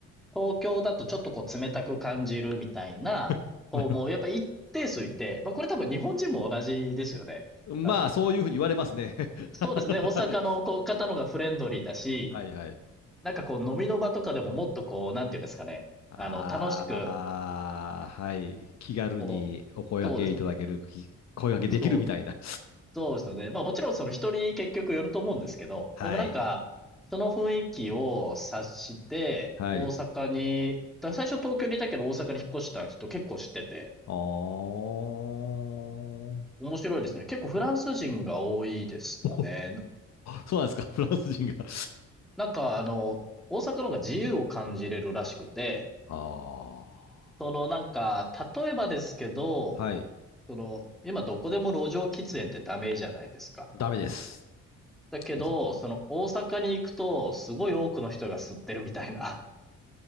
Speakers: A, in the centre; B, on the left.
A: 東京だとちょっとこう冷たく感じるみたいな、
B: <laughs>
A: こうもうやっぱ一定数いて、
B: なるほど。
A: まあこれ多分日本人も同じですよね。
B: <laughs> まあ、
A: 多分。
B: そういうふうに言われますね。<laughs>
A: そうですね。大阪のこう方のがフレンドリーだし、
B: はいはいはい。
A: なんかこう飲みの場とかでももっとこう、なんていうんですかね。
B: ああ、
A: あの、楽しく、
B: はい。気軽にお声掛けいただける、
A: こう、そうです。
B: き声掛けできるみたいな。
A: そう、そうですよね。まあもちろんその人に結局よると思うんですけど、
B: <laughs> はい。
A: でもなんか、その雰囲気を察して、
B: はい。
A: 大阪に、だから最初東京にいたけど大阪に引っ越した人結構知ってて、
B: あー。
A: 面白いですよね。結構フランス人が多いですかね。
B: <laughs>
A: な
B: そうなんですか、フランス人が。
A: なんかあの、大阪の方が自由を感じれるらしくて、
B: <laughs> ああ、
A: そのなんか、例えばですけど、
B: はい。
A: その、今どこでも路上喫煙ってダメじゃないですか。
B: ダメです。
A: だけど、
B: 大阪。
A: その大阪に行くと、すごい多くの人が吸ってるみたいな。